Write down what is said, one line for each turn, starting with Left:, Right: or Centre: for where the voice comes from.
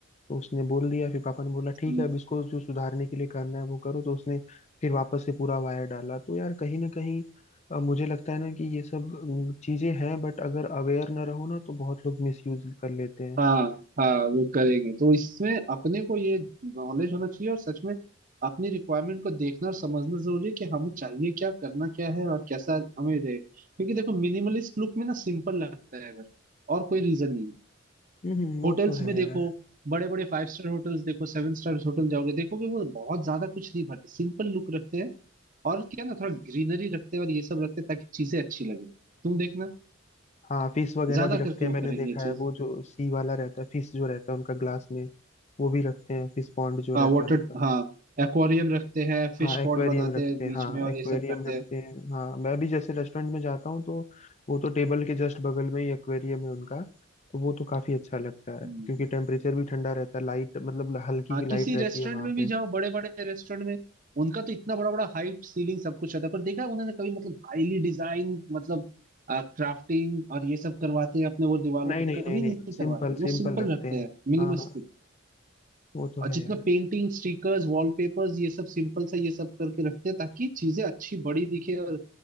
Left: तो उसने बोल दिया फिर पापा ने बोला ठीक
Right: हम्म,
Left: है अब इसको जो सुधारने के लिए करना है वो करो तो उसने फिर वापस से पूरा वायर डाला तो यार कहीं ना कहीं अ, मुझे लगता है ना कि ये सब अम, चीजें हैं बट अगर अवेयर ना रहो ना तो बहुत लोग मिसयूज कर लेते हैं
Right: हाँ हाँ वो करेंगे तो इसमें अपने को ये नॉलेज होना चाहिए और सच में अपनी रिक्वायरमेंट को देखना और समझना जरूरी है कि हमें चाहिए क्या करना क्या है और कैसा हमें रहे क्योंकि देखो मिनिमलिस्ट लुक में ना सिंपल लगता है अगर और कोई रीजन नहीं है
Left: हम्म हम्म, वो
Right: होटल्स
Left: तो है
Right: में देखो
Left: यार
Right: बड़े बड़े फाइव स्टार होटल्स देखो सेवन स्टार होटल जाओगे देखोगे वो बहुत ज्यादा कुछ नहीं भरते सिंपल लुक रखते हैं और क्या ना थोड़ा ग्रीनरी रखते हैं और ये सब रखते हैं ताकि चीजें अच्छी लगे तुम देखना
Left: हाँ फिश वगैरह
Right: ज्यादा
Left: भी रखते
Right: करके
Left: हैं
Right: वो
Left: मैंने
Right: करेंगे
Left: देखा
Right: ये चीज
Left: है वो जो सी वाला रहता है फिश जो रहता है उनका ग्लास में वो भी रखते हैं फिश पॉन्ड जो
Right: हाँ
Left: रहता
Right: वाटर
Left: है उनका
Right: हाँ एक्वेरियम रखते हैं
Left: हाँ
Right: फिश
Left: एक्वेरियम
Right: पॉन्ड बनाते
Left: रखते
Right: हैं बीच
Left: हैं हाँ
Right: में और
Left: एक्वेरियम
Right: ये सब करते
Left: रखते
Right: हैं
Left: हैं हाँ मैं भी जैसे रेस्टोरेंट में जाता हूँ तो वो तो टेबल के जस्ट बगल में ही एक्वेरियम है उनका तो वो तो काफी अच्छा लगता
Right: हम्म,
Left: है क्योंकि टेम्परेचर भी ठंडा रहता है लाइट मतलब हल्की
Right: हाँ
Left: की लाइट
Right: किसी
Left: रहती
Right: रेस्टोरेंट
Left: है वहां
Right: में भी
Left: पे
Right: जाओ बड़े बड़े रेस्टोरेंट में उनका तो इतना बड़ा बड़ा हाइट सीलिंग सब कुछ रहता है पर देखा है उन्होंने कभी मतलब हाईली डिजाइन मतलब क्राफ्टिंग और ये सब करवाते हैं अपने वो दीवारों
Left: नहीं
Right: पे
Left: नहीं
Right: कभी
Left: नहीं नहीं
Right: नहीं
Left: सिंपल
Right: करवाते वो
Left: सिंपल
Right: सिंपल
Left: रखते
Right: रखते
Left: हैं
Right: हैं मिनिमलिस्टिक
Left: हाँ हाँ वो तो
Right: और
Left: है
Right: जितना
Left: यार
Right: पेंटिंग स्टिकर्स वॉलपेपर्स ये सब सिंपल सा ये सब करके रखते हैं ताकि चीजें अच्छी बड़ी दिखे और